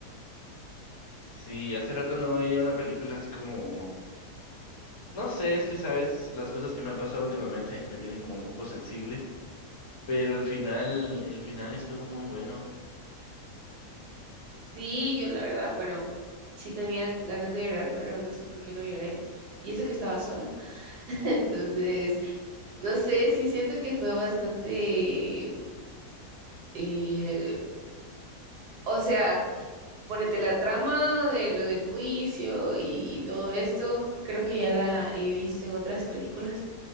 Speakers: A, on the left; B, on the right.
A: Sí, hace rato no veía una película así como No sé, es que sabes, las cosas que me han pasado últimamente me tienen como un poco sensible, pero
B: Ok.
A: el final, el final estuvo muy bueno.
B: Sí, yo la verdad, bueno, sí tenía ganas de llorar, pero no sé por qué no lloré. Y eso que estaba sola. <laughs> Entonces... No sé, sí siento que fue bastante, mm, eh, o sea, ponete la trama de lo del juicio y, y todo esto, creo que ya la he visto en otras películas.